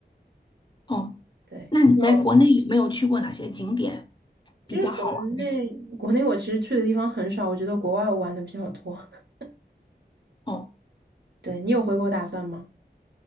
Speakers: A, on the left; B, on the right.
A: 哦，
B: 对，
A: 那你在国内有没有去过哪些景点
B: 就其实国内国内我其实去的地方很少，
A: 比较好玩的呀？
B: 我觉得国外我玩的比较多。<laughs>
A: 哦，
B: 对，你有回国打算吗？